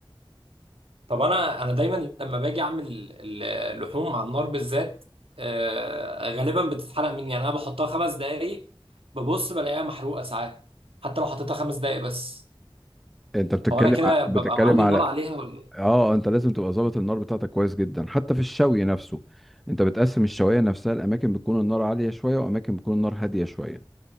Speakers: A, on the right (about 85°); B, in the centre.
A: طب انا انا دايما لما باجي اعمل ال- اللحوم على النار بالذات آه، غالبا بتتحرق مني يعني انا بحطها خمس دقايق ببص بلاقيها محروقه ساعات حتى لو حطيتها خمس دقايق بس
B: انت بتتكلم
A: هو انا كده
B: ع-
A: ببقى
B: بتتكلم
A: معلي
B: على
A: النار عليها ولا إيه؟
B: اه انت لازم تبقى ظابط النار بتاعتك كويس جدا حتى في الشوي نفسه انت بتقسم الشوايه نفسها الاماكن بتكون النار عاليه شويه واماكن بتكون النار هاديه شويه